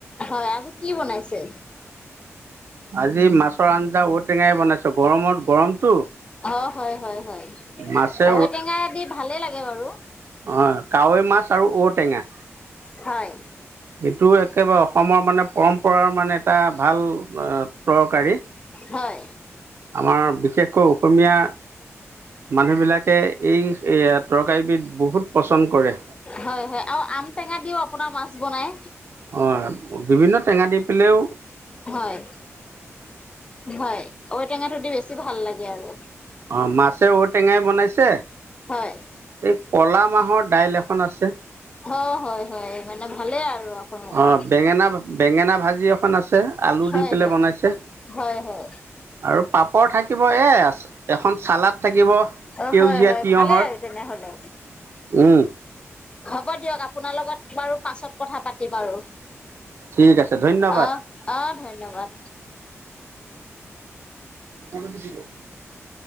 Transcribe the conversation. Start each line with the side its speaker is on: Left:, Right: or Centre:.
Left: হয় আজি কি বনাইছে?
Right: আজি মাছৰ আঞ্জা ঔ টেঙাই বনাইছো গৰমত গৰমটো।
Left: অ হয় হয় হয়
Right: মাছে
Left: ঔটেঙা দি ভালে লাগে বাৰু।
Right: অ কাৱৈ মাছ আৰু ঔটেঙা।
Left: হয়
Right: এইটো একেবাৰে অসমৰ মানে পৰম্পৰাৰ মানে এটা ভাল তৰকাৰী।
Left: হয়
Right: আমাৰ বিশেষকৈ অসমীয়া। মানুহ বিলাকে এইয়াত। তৰকাৰিবিধ বহুত পচন্দ কৰে।
Left: হয় হয় আৰু আম টেঙা দিও আপোনাৰ মাছ বনাই
Right: অ বিভিন্ন টেঙা দি পেলেইও।
Left: হয় হয় ঔটেঙাটো দি বেছি ভাল লাগে আৰু।
Right: অ মাছে ঔটেঙাই বনাইছে।
Left: হয়
Right: এই ক'লা মাহৰ দাইল এখন আছে।
Left: অ হয় হয় মানে ভালে আৰু। আপোনালোকৰ
Right: অঁ বেঙেনা বেঙেনা ভাজি এখন আছে আলু
Left: হয়
Right: দি পেলাই
Left: হয়
Right: বনাইছে।
Left: হয় হয়
Right: আৰু পাপৰ থাকিব এ এখন চালাদ থাকিব
Left: অ
Right: সেউজীয়া
Left: হয় হয়
Right: তিয়ঁহৰ
Left: ভালেই আৰু তেনেহলে
Right: উম।
Left: হ'ব দিয়ক আপোনাৰ লগত বাৰু পাছত কথা পাতিম আৰু।
Right: ঠিক আছে ধন্যবাদ
Left: অহ অহ ধন্যবাদ।
Right: <inaudible>